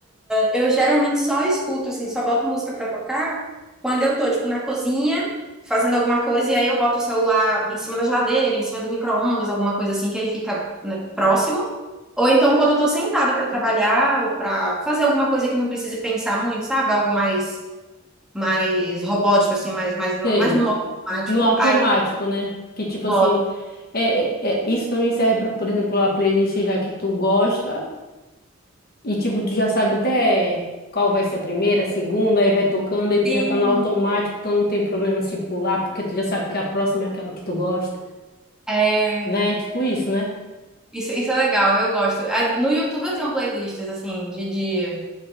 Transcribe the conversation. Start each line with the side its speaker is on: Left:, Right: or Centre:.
Centre: Eu geralmente só escuto, assim, só boto música pra tocar quando eu tô, tipo, na cozinha, fazendo alguma coisa, e aí eu boto o celular em cima da geladeira, em cima do micro-ondas, alguma coisa assim, que aí fica, né, próximo. Ou então quando eu tô sentada pra trabalhar ou pra fazer alguma coisa que não precise pensar muito, sabe? Algo mais, mais robótico, assim, mais, mais, no-
Left: Sei.
Centre: mais no modo automático.
Left: No automático,
Centre: Aí eu
Left: né? Que tipo
Centre: boto.
Left: assim, é, é- isso também serve para, por exemplo, a playlist já que tu gosta e tipo tu já sabe até qual vai ser a primeira, a segunda, aí vai tocando aí tu
Centre: Sim,
Left: já tá no automático, então não tem problema se pular, porque tu já sabe que a próxima é aquela que tu gosta.
Centre: é...
Left: Né? Tipo isso, né?
Centre: Isso, isso é legal, eu gosto. Ah, No YouTube eu tenho playlists, assim, de, de